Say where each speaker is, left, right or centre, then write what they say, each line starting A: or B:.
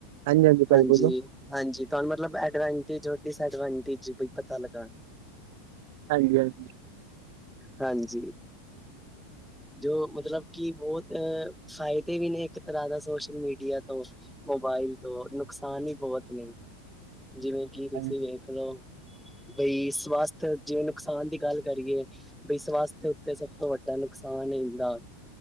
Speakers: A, on the right (about 65°); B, in the centre.
A: ਹਾਂਜੀ ਭਾਜੀ
B: ਹਾਂਜੀ
A: ਬੋਲੋ।
B: ਹਾਂਜੀ, ਤੁਹਾਨੂੰ ਮਤਲਬ ਐਡਵਾਂਟੇਜ ਔਰ ਡਿਸਐਡਵਾਂਟੇਜ ਪਤਾ ਲੱਗਾ।
A: ਹਾਂਜੀ-ਹਾਂਜੀ।
B: ਹਾਂਜੀ। ਜੋ ਮਤਲਬ ਕਿ ਬਹੁਤ ਫਾਇਦੇ ਵੀ ਨੇ ਇੱਕ ਤਰ੍ਹਾਂ ਦਾ ਸੋਸ਼ਲ ਮੀਡੀਆ ਤੋਂ ਮੋਬਾਇਲ ਤੋਂ ਨੁਕਸਾਨ ਹੀ ਬਹੁਤ ਨੇ ਜਿਵੇਂ, ਕਿ ਤੁਸੀਂ
A: ਹਾਂਜੀ
B: ਵੇਖ ਲਓ। ਬਈ ਸਵਸਥ ਜਿਵੇਂ- ਨੁਕਸਾਨ ਦੀ ਗੱਲ ਕਰੀਏ। ਬਈ ਸਵਸਥ ਉੱਤੇ ਸਭ ਤੋਂ ਵੱਡਾ ਨੁ ਨੁਕਸਾਨ ਹੁੰਦਾ,